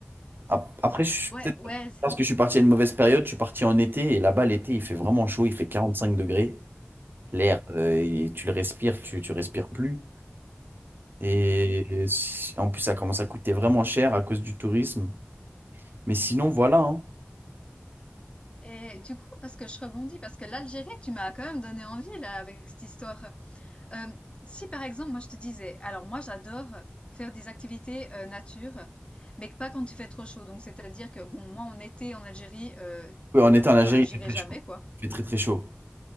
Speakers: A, on the right (about 55°); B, on the left (about 25°).
A: Ap- Après, je suis
B: ouais,
A: peut-être
B: ouais.
A: parce que je suis parti à une mauvaise période, je suis parti en été et là-bas l'été il fait vraiment chaud, il fait 45 degrés. L'air,
B: Ok.
A: euh, et tu le respires, tu, tu respires plus. Et si- en plus ça commence à coûter vraiment cher à cause du tourisme. Mais sinon voilà. hein.
B: Et du coup, parce que je rebondis, parce que l'Algérie, tu m'as quand même donné envie, là, avec cette histoire. Euh, si par exemple, moi je te disais, alors moi j'adore faire des activités euh, nature, mais pas quand il fait trop chaud. Donc c'est-à-dire que bon, moi en été en Algérie, euh,
A: Oui, en été en Algérie
B: enfin j'irai
A: il fait très
B: jamais
A: chaud.
B: quoi.
A: Il fait très très chaud.